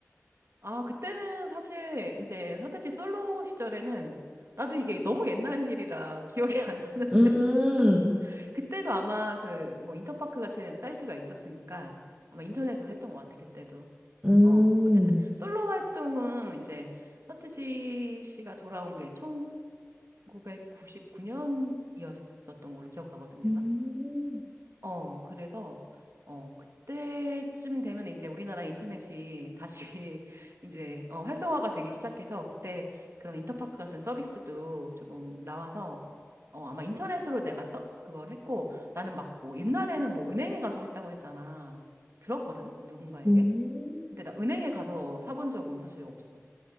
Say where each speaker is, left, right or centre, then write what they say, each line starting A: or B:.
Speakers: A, on the right; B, on the right.
A: 아, 그때는 사실 이제 서태지 솔로 시절에는 나도 이게 너무 옛날 일이라 기억이 안 나는데
B: 음,
A: <laughs> 그때도 아마 그 뭐 인터파크 같은 사이트가 있었으니까 아마 인터넷으로 했던 것 같아, 그때도.
B: 음.
A: 어, 어쨌든 솔로 활동은 이제 서태지 씨가 돌아온 게 1999년이었었던 걸로 기억하거든, 내가.
B: 음,
A: 어, 그래서, 어, 그때쯤 되면 이제 우리나라 인터넷이 다시 <laughs> 이제, 어, 활성화가 되기 시작해서 그때 그런 인터파크 같은 서비스도 조금 나와서, 어, 아마 인터넷으로 내가 써, 그걸 했고, 나는 막 뭐, 옛날에는 뭐 은행에 가서 했다고 했잖아. 들었거든? 누군가에게.
B: 음.
A: 근데 나 은행에 가서 사본 적은 사실 없어.